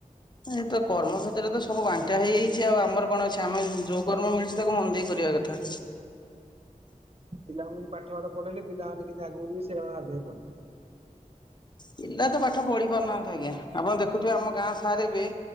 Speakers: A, on the left (about 30°); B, on the right (about 45°).
A: ଏ ତ କର୍ମ ଭିତରେ ତ ସବୁ ବାଣ୍ଟା ହେଇଯାଇଛି ଆଉ ଆମର କଣ ଅଛି ଆମେ ଯୋଉ କର୍ମ ମିଳିଛି ତାକୁ ମନ ଦେଇ କରିବା କଥା।
B: ପିଲାମାନଙ୍କୁ ପାଠ ପାଠ ପଢେଇଲେ ପିଲାମାନେେ କେମିତି ଆଗକୁ ଯିବେ ସେଇଆ ଭାବିବାକୁ ପଡିବ।
A: ପିଲା ତ ପାଠ ପଢି ପାରୁନାହାନ୍ତି ଆଜ୍ଞା ଆପଣ ଦେଖୁଥିବେ ଆମ ଗାଁ ସାର୍ ଏବେ